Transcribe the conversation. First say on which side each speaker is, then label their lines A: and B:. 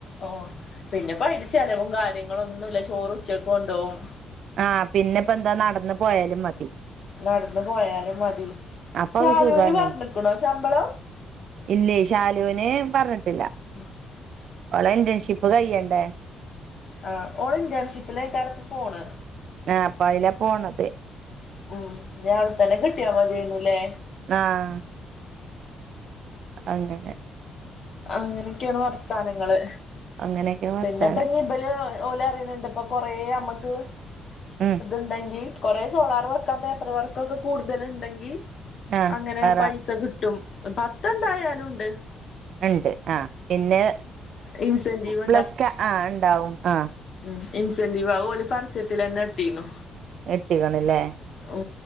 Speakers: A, on the left (about 55°); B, on the right (about 65°).
A: ഓ പിന്നെപ്പോ അതില് ചെലവും കാര്യങ്ങള ഒന്നുമല്ല ചോറുച്ചക്ക് കൊണ്ടുപോകും
B: ആഹ് പിന്നെ ഇപ്പ എന്താ നടന്ന് പോയാലും മതി
A: നടന്ന് പോയാലും മതി
B: അപ്പൊ
A: ശാലൂന്
B: അത് സുഖാണേ
A: പറഞ്ഞിക്കണോ ശമ്പളം
B: ഇല്ലേ ഷാലുന് പറഞ്ഞിട്ടില്ല
A: <inaudible>
B: ഓളെ ഇന്റേൺഷിപ്പ് കയ്യേണ്ടേ
A: ആഹ് ഓള് ഇൻ്റേൺഷിപ്പിലേക്കാണ്‌ പോണ്
B: ആഹ അപ്പൊ അതില പോണത്
A: ഉം രാവിലെ തന്നെ കിട്ടിയ മതിയാരുന്നുലേ
B: ആഹ അങ്ങനെ
A: അങ്ങനൊക്കെയാണ് വർത്താനങ്ങള്
B: അങ്ങനെയൊക്കെ വർത്താനം
A: പിന്നെപ്പ ഇബല് ഓലെ അറിയുന്നുണ്ട് ഇപ്പൊ കൊറെ നമ്മക്ക്
B: ഉം
A: അതുണ്ടെങ്കി കുറെ സോളാർ വർക്ക പേപ്പർ വർക്കൊക്കെ കൂടുതല് ഉണ്ടെങ്കി
B: ആഹ്
A: അങ്ങനെ
B: പറ
A: പൈസ കിട്ടും പത്തെ ന്തായാലുണ്ട്
B: ഉണ്ട് ആ പിന്നെ
A: ഇൻസെന്റീവ്
B: പ്ലസ് ക ആ ഉണ്ടാവും ആ
A: ഉ ഇൻസെന്റീവ് ആ ഓള് പരസ്യത്തിലന്നെ എത്തിക്കണു
B: എത്തിക്കണല്ലേ
A: ഉ